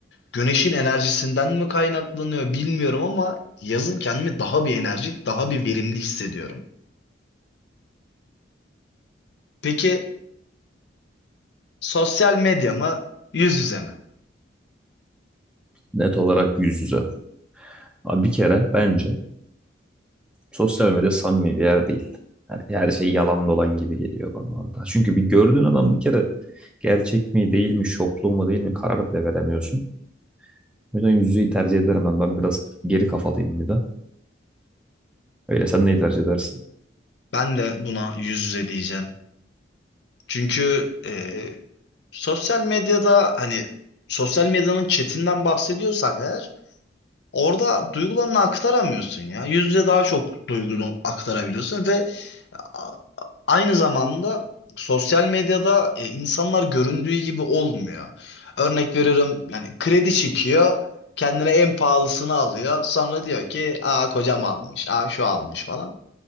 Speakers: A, on the left; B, in the centre.
A: güneşin enerjisinden mi kaynaklanıyor bilmiyorum ama yazın kendimi daha bir enerjik, daha bir verimli hissediyorum. Peki sosyal medya mı, yüz yüze mi?
B: net olarak yüz yüze. Abi bir kere bence sosyal medya samimi bir yer değil. Her, her şey yalan dolan gibi geliyor bana orada. Çünkü bir gördüğün adam bir kere gerçek mi değil mi, şoplu mu değil mi karar bile veremiyorsun. O yüzden yüz yüzeyi tercih ederim ben. Ben biraz geri kafalıyım bir de. Öyle sen neyi tercih edersin?
A: Ben de buna yüz yüze diyeceğim. Çünkü e, sosyal medyada hani sosyal medyanın chatinden bahsediyorsak eğer Orada duygularını aktaramıyorsun ya. Yüz yüze daha çok duygunu aktarabiliyorsun ve a- aynı zamanda sosyal medyada e, insanlar göründüğü gibi olmuyor. Örnek veriyorum yani kredi çekiyor, kendine en pahalısını alıyor. Sonra diyor ki, "Aa kocam almış, aa şu almış" falan.